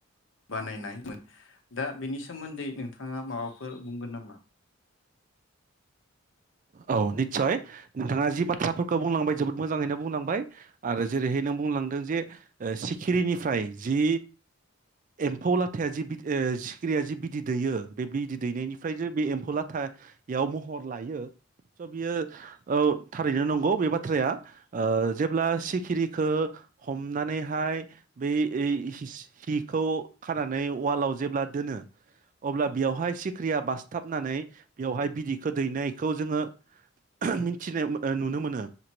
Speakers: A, on the left; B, on the right.
A: बानायनायमोन दा बेनि सोमोन्दै नोंथाङा माबाफोर बुंगोन नामा?
B: औ निस्सय नोंथाङा जि बाथ्राफोरखौ बुंलांबाय जोबोद मोजाङैनो बुंलांबाय आरो जेरैहाय नों बुंलांदों जे सिखिरिनिफ्राय जि एम्फौ लाथाया जि सिखिरिया जि बिदै दैयो बे बिदै दैनायनिफ्राय जो बे एम्फौ लाथा याव महर लायो स' बियो औ थारैनो नंगौ बे बाथ्राया ओ जेब्ला सिखिरिखौ हमनानैहाय बै हिखौ खाना नै वालाव जेब्ला दोनो अब्ला बेवहाय सिख्रिया बासथाबनानै बेवहाय बिदैखौ दैनायखौ जोङो मिथिनाय नुनो मोनो